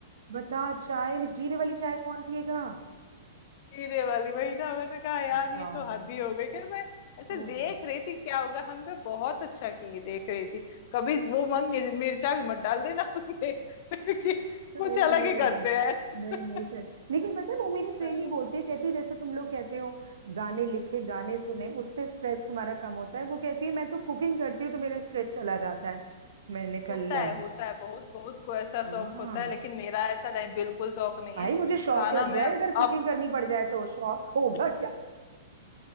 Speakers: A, on the right; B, on the left.
A: बता चाय में जीरे वाली चाय कौन पिएगा
B: जीरे वाली वही ना मैंने कहा यार
A: बताओ
B: ये तो हद ही हो गई फिर मैं ऐसे
A: ओहो
B: देख रही थी क्या होगा हम कहा बहुत अच्छा की देख रही थी कभी वो मन मिर, मिर्चा भी मत डाल देना उसमें <laughs> कि
A: सही
B: कुछ अलग
A: में
B: ही करते हैं
A: नहीं नहीं
B: <laughs>
A: सर लेकिन पता है वो मेरी फ्रेंड
B: है
A: ही
B: ना
A: बोलती है कहती है जैसे तुम लोग कहते हो गाने लिखे गाने सुने उससे स्ट्रेस तुम्हारा कम होता
B: हम्म।
A: है वो कहती है मैं तो कुकिंग करती हूँ तो मेरा स्ट्रेस चला जाता है मैंने कहा
B: होता
A: ले
B: है होता है बहुत बहुत को ऐसा
A: हाँ
B: शौक होता है लेकिन मेरा ऐसा नहीं बिल्कुल शौक नहीं
A: भाई
B: है
A: मुझे शौक
B: खाना
A: लग
B: मैं
A: जाए अगर कुकिंग
B: अब
A: करनी पड़ जाए तो शौक
B: <laughs>
A: होगा क्या